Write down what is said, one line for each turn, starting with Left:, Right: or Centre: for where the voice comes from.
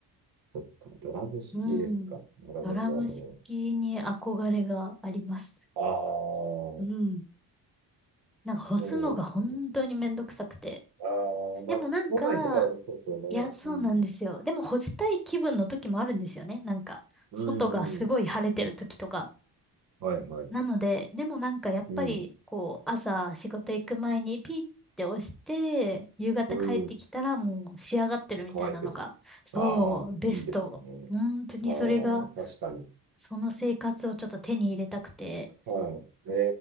Right: そっか、ドラム式ですか。
Centre: うん。
Right: なるほど、
Centre: ドラム式に憧れがあります。
Right: なるほど。
Centre: うん。
Right: ああ、
Centre: なんか干すのが本当にめんどくさくて。
Right: そうですね。ああ、
Centre: でもなんか、
Right: まあ、都内とかだとそうですよね。
Centre: いや、そうなんですよ。
Right: うん。
Centre: でも干したい気分の時もあるんですよね。なんか、
Right: うん、
Centre: 外がすごい晴れてる時とか。
Right: うん。はい、はい、
Centre: なので、
Right: はい。
Centre: でもなんかやっぱり、
Right: うん、
Centre: こう、朝仕事行く前にピッて押して、夕方帰ってきたらもう仕上がってるみたいなのが、
Right: うん。乾いてる。
Centre: そう、
Right: ああ、
Centre: ベスト。
Right: いいですね。
Centre: 本当にそれが、
Right: ああ、確かに。
Centre: その生活をちょっと手に入れたくて。
Right: はい。え